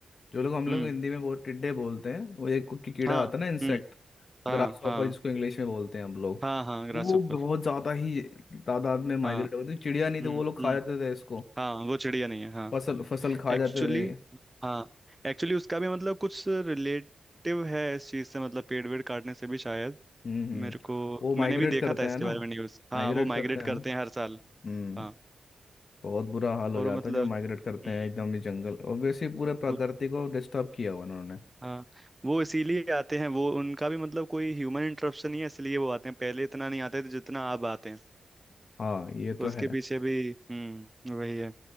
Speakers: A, on the left (about 55°); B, on the right (about 15°).
A: जो लोग हम लोग
B: हम्म
A: हिंदी में बहुत टिड्डे बोलते हैं वो एक की कीड़ा
B: हाँ
A: आता है ना इंसेक्ट
B: हम्म हाँ
A: ग्रास हॉपर
B: हाँ
A: जिसको इंग्लिश में बोलते हैं हम लोग
B: हाँ हाँ ग्रासहोफर
A: वो बहुत ज्यादा ही तादाद में माइग्रेट
B: हाँ
A: होती थी चिड़िया नहीं तो
B: हम्म
A: वो लोग खा
B: हम्म
A: जाते थे इसको
B: हाँ वो चिड़िया नहीं है हाँ
A: फसल फसल खा
B: एक्चुअली
A: जाते थे
B: हाँ एक्चुअली उसका भी मतलब कुछ रिलेटिव है इस चीज से मतलब पेड़ वेड़ काटने से भी शायद
A: हम्म हम्म
B: मेरे को
A: वो माइग्रेट
B: मैंने भी देखा
A: करते
B: था इसके
A: हैं ना
B: बारे में न्यूज हाँ
A: माइग्रेट
B: वो माइग्रेट
A: करते हैं
B: करते हैं हर साल
A: हम्म
B: हाँ
A: बहुत बुरा हाल हो
B: और
A: जाता
B: वो मतलब
A: है जब माइग्रेट करते
B: हम्म,
A: हैं एकदम ही जंगल ऑब्वियसली पूरे प्रकृति
B: वो-
A: को डिस्टर्ब किया हुआ उन्होंने
B: हाँ वो इसीलिए आते हैं वो उनका भी मतलब कोई ह्यूमन इंटरप्शन नहीं है इसलिए वो आते हैं पहले इतना नहीं आते थे जितना अब आते हैं
A: हाँ ये तो
B: उसके
A: है
B: पीछे भी हम्म वही है